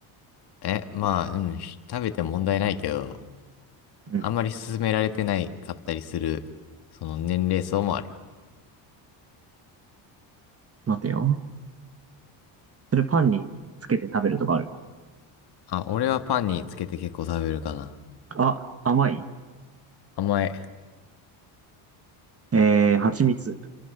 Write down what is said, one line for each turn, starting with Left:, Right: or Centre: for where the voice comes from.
Left: え、まあ、うん、ひ食べて問題ないけど、
Right: うん。
Left: あんまり勧められてないかったりする、その年齢層もある。
Right: 待てよ。それパンにつけて食べるとかある。
Left: あ、俺はパンにつけて結構食べるかな。
Right: あ、甘い
Left: 甘い。
Right: えー、蜂蜜。